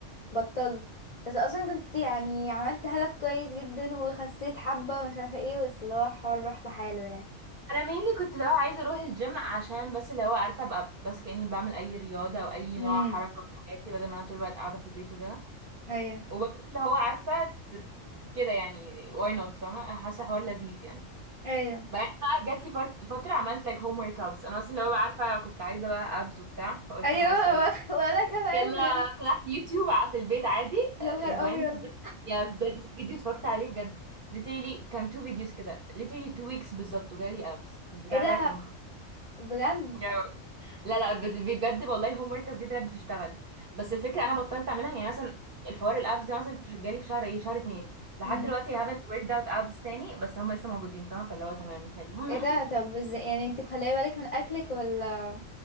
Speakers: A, on the left; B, on the right.
A: بطلت بس اصلا كنت يعني عملت هدف كويس جدا وخسيت حبة ومش عارفة ايه بس اللي هو الحوار راح لحاله يعني
B: انا mainly كنت اللي هو عايزه اروح الجيم عشان بس اللي هو عارفه ابقى بس كاني بعمل اي رياضه او اي
A: امم
B: نوع حركه في حياتي بدل ما انا طول الوقت قاعده في البيت وكده
A: ايوه
B: وبرضه اللي هو عارفه ت- كده يعني why not فاهمه حاسه حوار لذيذ يعني
A: ايوه
B: بعدين بقى جات لي فرت- فتره عملت like home workouts انا بس اللي هو بقى عارفه كنت عايزه بقى abs وبتاع فقلت
A: ايوه
B: خلاص يلا
A: <laughs> و- وانا كمان
B: يلا
A: بجد
B: فتحت يوتيوب ع- في البيت عادي
A: يا
B: آه،
A: نهار
B: اسبوعين
A: ابيض
B: بالظبط يا بجد في فيديو اتفرجت عليه بجد literally كان تو فيديوز كده literally two weeks بالظبط وجالي ابس البتاع
A: ايه ده
B: ده كان خ...
A: بجد
B: يا- لا لا بج- بجد والله الهوم ورك دي طلعت بتشتغل بس الفكره انا بطلت اعملها يعني مثلا الحوار الابس ده مثلا في- جالي في شهر ايه شهر اتنين لحد
A: امم
B: دلوقتي I haven't worked out abs تاني بس هم لسه موجودين فاهمه فاللي هو تمام حلو <laughs>
A: ايه ده طب ازاي يعني انت مخليه بالك من اكلك ولا